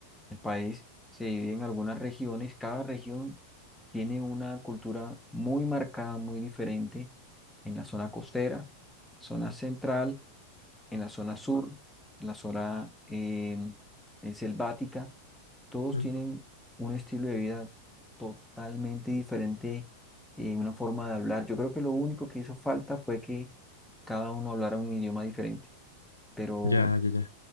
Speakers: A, in the centre; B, on the left.
A: el país se divide en algunas regiones, cada región tiene una cultura muy marcada, muy diferente en la zona costera, zona central, en la zona sur, en la zona eh, eh, selvática todos
B: ujú.
A: tienen un estilo de vida totalmente diferente, eh, una forma de hablar. Yo creo que lo único que hizo falta fue que cada uno hablara un idioma diferente, pero
B: Ya, ya, ya.